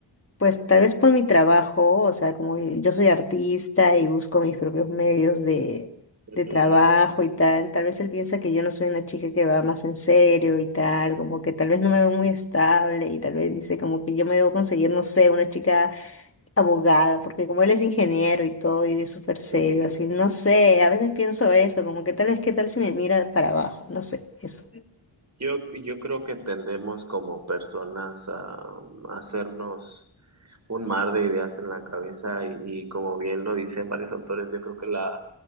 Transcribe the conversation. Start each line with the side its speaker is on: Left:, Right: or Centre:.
Left: pues tal vez por mi trabajo, o sea, como que yo soy artista y busco mis propios medios de,
Right: ujú,
Left: de trabajo y tal, tal vez él piensa que yo no soy una chica que va más en serio y tal, como que tal vez no me veo muy estable y tal vez dice como que yo me debo conseguir, no sé, una chica abogada, porque como él es ingeniero y todo y es súper serio,
Right: sí.
Left: así, no sé, a veces pienso eso, como que tal vez qué tal si me mira para abajo, no sé, eso.
Right: Yo, yo creo que tendemos como personas a, a hacernos un mar de ideas en la cabeza y, y como bien lo dicen varios autores, yo creo que la,